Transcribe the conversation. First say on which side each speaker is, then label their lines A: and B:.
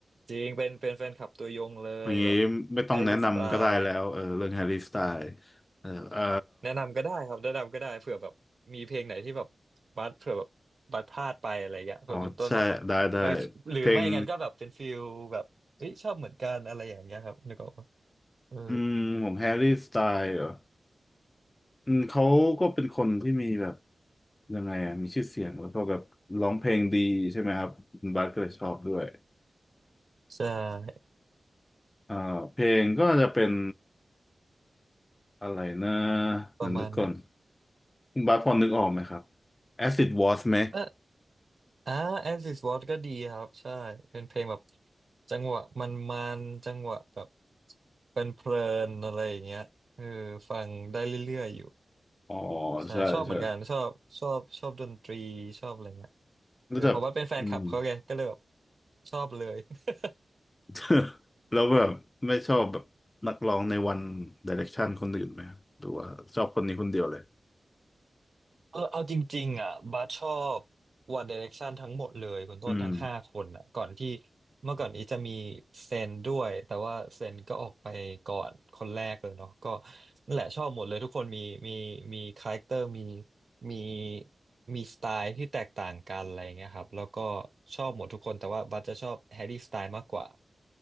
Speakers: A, on the right; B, on the left.
A: จริงเป็นเป็นแฟนคลับตัวยงเลยแบบ
B: อย่างนี้ไม่ต้องแนะนำก็ได้แล้วเออเรื่อง
A: แฮร์รี่สไตล์
B: Harry Styles เออเออ
A: แนะนำก็ได้ครับแนะนำก็ได้เผื่อแบบมีเพลงไหนที่แบบบัสเผื่อแบบบัสพลาดไปอะไรเงี้ยเผื่อคุณต้นแบบ
B: อ๋อใช่ได้ได้
A: เออหรือไม่งั้นก็แบบเป็นฟิลแบบเฮ้ยชอบเหมือนกันอะไรอย่างเงี้ยครับนึกออกปะ
B: เพลง
A: เออ
B: อืมของแฮร์รี่สไตล์เหรอ อืมเขาก็เป็นคนที่มีแบบยังไงอ่ะมีชื่อเสียงแล้วก็แบบร้องเพลงดีใช่ไหมครับคุณบาสก็เลยชอบด้วย
A: ใช่
B: อ่าเพลงก็จะเป็นอะไรนะเดี๋ยวนึกก่อน
A: ประมาณไหน
B: คุณบาสพอนึกออกไหมครับ Acid Was ไหม
A: เอออ่า As is What ก็ดีครับใช่เป็นเพลงแบบจังหวะมันมันจังหวะแบบเป็นเพลินๆอะไรอย่างเงี้ยเออฟังได้เรื่อยๆอยู่
B: อ๋อ
A: ใช่ชอบเหมือนกันชอบชอบชอบดนตรีชอบอะไรเงี้ย
B: ใช่ใช่
A: เออเพราะว่าเป็นแฟนคลับเขาไงก็เลยแบบ
B: รู้จักอืม
A: ชอบเลย <laughs>
B: <laughs> แล้วแบบไม่ชอบแบบนักร้องในวัน Direction คนอื่นไหมครับหรือว่าชอบคนนี้คนเดียวเลย
A: เอาเอาจริงๆอ่ะบัสชอบ One Direction ทั้งหมดเลยคุณต้นทั้งห้าคนอ่ะก่อนที่
B: อืม
A: เมื่อก่อนอีจะมีเซนด้วยแต่ว่าเซนก็ออกไปก่อนคนแรกเลยเนาะก็นั่นแหละชอบหมดเลยทุกคนมีมีมีคาแรคเตอร์มีมีมีสไตล์ที่แตกต่างกันอะไรเงี้ยครับแล้วก็ชอบหมดทุกคนแต่ว่าบัสจะชอบแฮร์รี่สไตล์มากกว่า